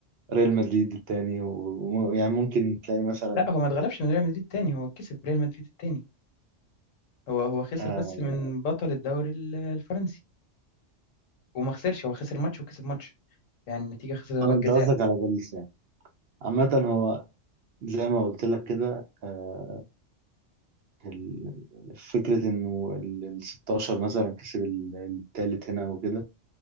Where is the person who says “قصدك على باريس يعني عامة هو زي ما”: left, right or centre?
Right